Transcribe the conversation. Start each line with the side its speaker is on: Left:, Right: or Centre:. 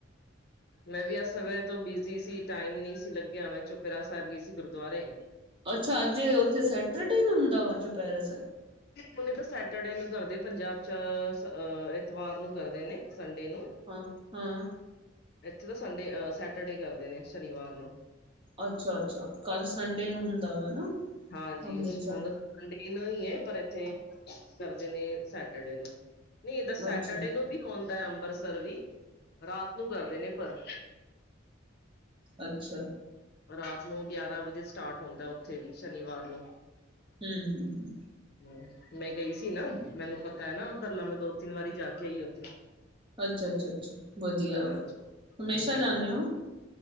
Left: ਮੈਂ ਵੀ ਅੱਜ ਸਵੇਰੇ ਤੋਂ ਬਿਜ਼ੀ ਸੀ, ਟਾਈਮ ਨਹੀਂ ਸੀ ਲੱਗਿਆ, ਮੈਂ ਚੁਪੇਰਾ ਸਾਹਿਬ ਗਈ ਸੀ ਗੁਰਦੁਆਰੇ
Right: ਅੱਛਾ, ਅੱਜ ਉੱਥੇ ਸੈਟਰਡੇ ਨੂੰ ਹੁੰਦਾ ਵਾ ਚੋਂਪਹਰਾ ਸਾਹਿਬ।
Left: ਹੁਣ ਇੱਥੇ ਸੈਟਰਡੇ ਨੂੰ ਕਰਦੇ, ਪੰਜਾਬ ਚਹ ਐਤਵਾਰ ਨੂੰ ਕਰਦੇ ਨੇ ਸੰਡੇ ਨੂੰ
Right: ਹਾਂ-ਹਾਂ।
Left: ਇੱਥੇ ਤਾਂ ਸੰਡੇ ਅ ਸੈਟਰਡੇ ਕਰਦੇ ਨੇ ਸ਼ਨੀਵਾਰ ਨੂੰ
Right: ਅੱਛਾ-ਅੱਛਾ, ਕੱਲ ਸੰਡੇ ਨੂੰ ਹੁੰਦਾ ਵਾ ਨਾ
Left: ਹਾਂਜੀ,
Right: ਅੰਮ੍ਰਿਤਸਰ
Left: ਹੁਨਦਾ ਤਾਂ ਮੰਡੇ ਨੂੰ ਹੀ ਏ ਪਰ ਇੱਥੇ ਕਰਦੇ ਨੇ ਸੈਟਰਡੇ ਨੂੰ ਨਹੀਂ ਇਦਾ ਸੈਟਰਡੇ
Right: ਅੱਛਾ
Left: ਨੂੰ ਵੀ ਹੋਦਾਂ ਅੰਬਰਸਰ ਵੀ, ਰਾਤ ਨੂੰ ਕਰਦੇ ਨੇ ਪਰ
Right: ਅੱਛਾ।
Left: ਰਾਤ ਨੂੰ ਗਿਆਰਾਂ ਵਜੇ ਸਟਾਰਟ ਹੁੰਦਾ, ਉੱਥੇ ਵੀ ਸ਼ਨੀਵਾਰ ਨੂੰ
Right: ਹੂੰ-ਹੂੰ-ਹੂੰ।
Left: <unintelligible> ਮੈਂ ਗਈ ਸੀ ਨਾ, ਮੈਨੂੰ ਪਤਾ ਏ ਨਾ ੳਧਰਲਾ, ਮੈਂ ਦੋ-ਤਿੰਨ ਵਾਰੀ ਜਾ ਕੇ ਆਈ ਉੱਥੇ
Right: ਅੱਛਾ-ਅੱਛਾ-ਅੱਛਾ ਵਧੀਆ,
Left: ਹਾਂਜੀ
Right: ਹਮੇਸ਼ਾ
Left: ਹੂੰ
Right: ਜਾਂਦੇ ਹੋ?